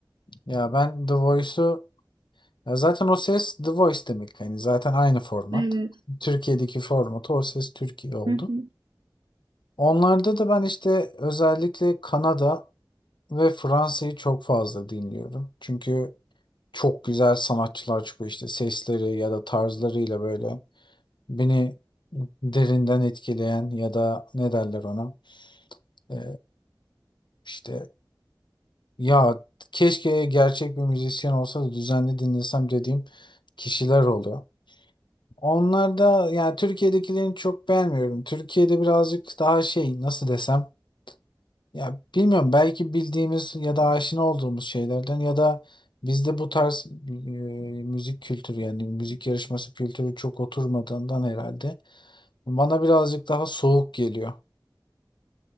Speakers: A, on the left; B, on the right.
A: Ya ben The Voice'u Ya zaten o ses The Voice demek. Yani zaten aynı format.
B: Evet.
A: Türkiye'deki formatı O Ses Türkiye oldu.
B: Hı hı.
A: Onlarda da ben işte özellikle Kanada ve Fransa'yı çok fazla dinliyorum. Çünkü çok güzel sanatçılar çıkıyor işte sesleri ya da tarzlarıyla böyle beni derinden etkileyen ya da ne derler ona Ee, işte ya keşke gerçek bir müzisyen olsa da düzenli dinlesem dediğim kişiler oluyor. Onlar da yani Türkiye'dekilerini çok beğenmiyorum. Türkiye'de birazcık daha şey nasıl desem ya bilmiyorum belki bildiğimiz ya da aşina olduğumuz şeylerden ya da bizde bu tarz e, müzik kültürü yani müzik yarışması kültürü çok oturmadığından herhalde bana birazcık daha soğuk geliyor.